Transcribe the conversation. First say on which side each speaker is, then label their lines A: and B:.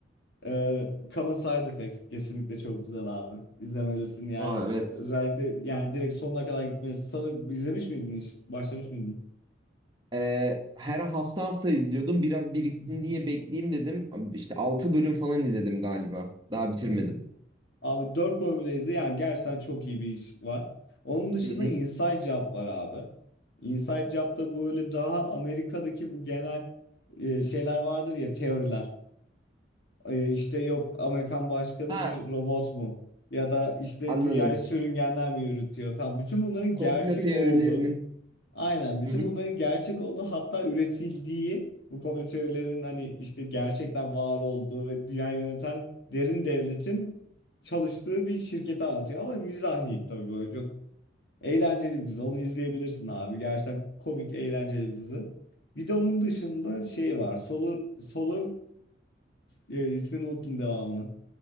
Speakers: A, on the left (about 60°); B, on the right (about 25°).
A: e, Common Side Effects. Kesinlikle çok güzel abi. İzlemelisin yani
B: Ha, evet.
A: özellikle yani direkt sonuna kadar gitmelisin. Sanırım izlemiş miydin hiç? Başlamış mıydın?
B: Ee, her hafta hafta izliyordum. Biraz biriksin
A: Hı
B: diye bekleyeyim dedim. İşte 6 bölüm falan izledim galiba. Daha bitirmedim.
A: hı. Abi 4 bölümdeyiz. Yani gerçekten çok iyi bir iş var. Onun dışında
B: Hı hı.
A: Inside Job var abi. Inside Job da böyle daha Amerika'daki bu genel e, şeyler vardır ya teoriler. E, işte yok Amerikan başkanı
B: Ha,
A: bir robot mu? Ya da işte
B: anladım.
A: dünyayı sürüngenler mi yürütüyor falan. Bütün bunların
B: Komplo
A: gerçek
B: teorilerinin.
A: olduğu Aynen. Bütün
B: Hı hı.
A: bunların gerçek olduğu hatta üretildiği bu komplo teorilerinin hani işte gerçekten var olduğu ve dünyayı yöneten derin devletin çalıştığı bir şirketi anlatıyor. Ama mizahi tabii böyle çok eğlenceli bir dizi. Onu izleyebilirsin abi. Gerçekten komik, eğlenceli bir dizi. Bir de onun dışında şey var. Solar, Solar e, ismini unuttum devamını.